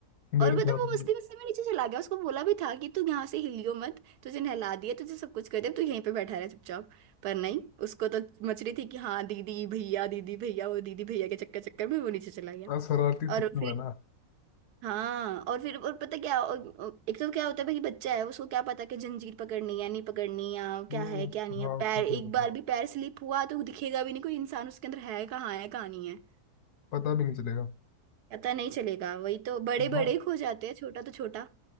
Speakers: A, on the left; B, on the right.
A: मेरे
B: और मतलब
A: साथ
B: वो मस्ती
A: भी
B: मस्ती में नीचे चला गया उसको बोला भी था कि तू यहाँ से हिलियो मत तुझे नहला दिया तुझे सब कुछ कर दिया अब तू यहीं पे बैठा रहा चुपचाप पर नहीं उसको तो मच रही थी कि हाँ दीदी भैया दीदी भैया वो दीदी भैया के चक्कर चक्कर में वो नीचे चला गया
A: हाँ, शरारती
B: और
A: तत्व
B: फिर
A: है ना
B: हाँ और फिर और पता क्या और- और एक तो क्या होता है भाई बच्चा है उसको क्या पता कि जंजीर पकड़नी है नहीं पकड़नी या क्या
A: वो
B: है क्या नहीं
A: हाँ
B: है
A: उसको
B: पैर
A: क्या
B: एक
A: पता
B: बार भी पैर स्लिप हुआ तो दिखेगा भी नहीं कोई इंसान उसके अंदर है कहाँ है कहाँ नहीं है
A: पता भी नहीं चलेगा
B: पता नहीं चलेगा वही तो बड़े बड़े
A: वाह
B: खो जाते हैं छोटा तो छोटा